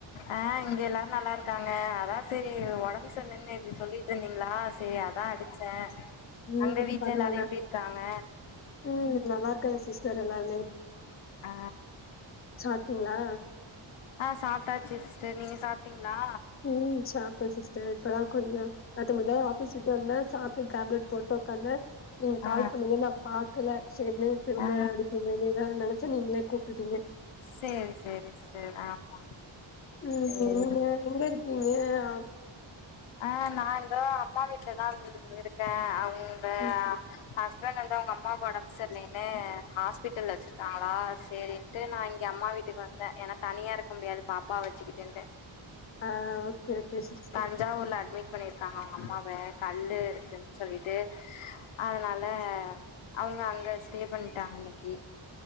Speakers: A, on the left (about 80°); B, on the left (about 30°).
A: அ இங்க எல்லாரு நல்லா இருக்காங்க அதா செரி ஒடம்பு சரில்லன்னு நேத்து சொல்லி ட்ருந்திங்ளா செரி அதா அடுச்சே
B: ம்
A: அங்க
B: இப்ப
A: வீட்ல
B: பரவால்ல
A: எல்லாரு எப்டி இருக்காங்க
B: ம் நல்லா இருக்காங்க சிஸ்டர் எல்லாருமே
A: ஆ
B: சாப்ட்டிங்ளா
A: அ சாப்ட்டாச்சு சிஸ்டர் நீங்க சாப்ட்டிங்ளா
B: ம் சாப்ட சிஸ்டர் இப்ப தா கொஞ்சொ <unintelligible> பேசிட்டு வந்தே சாப்ட்டு டேப்லெட் போட்டு உக்காந்தெ நீங்க
A: ஆ
B: கால் பண்ணிங்க நா பாக்கல சேர்ன்னு திரும்ப
A: ஆ
B: அடிக்கனும்னு தா நெனச்செ நீங்ளே கூப்ட்டுட்டீங்க
A: சேரி சேரி சிஸ்டர் ஆமா
B: ம் ம்
A: சேரி
B: நீங்க எங்க இருக்கீங்க ஆ
A: அ நா இந்தோ அம்மா வீட்லதா <unintelligible> இருக்கே அவ்ங்க
B: <inaudible>
A: ஹஸ்பண்ட் வந்து அவுங்க அம்மாக்கு ஒடம்பு சரில்லென்னு ஹாஸ்பிட்டல்ல வச்ருக்காங்ளா சேரின் ன்டு நா இங்க அம்மா வீட்டுக்கு வந்தே ஏன்னா தனியா இருக்க முடியாது பாப்பாவ வச்சுக்கிட்டுனு
B: அ கே கே சிஸ்
A: தஞ்சாவூர்ல அட்மிட் பண்ணிர் க்காங்க அவுங்க அம்மாவ கல்லுஃ இருக்குன்னு சொல்லிட்டு அதுனால அவுங்க அங்க ஸ்டே பண்ட்டாங்க இன்னக்கி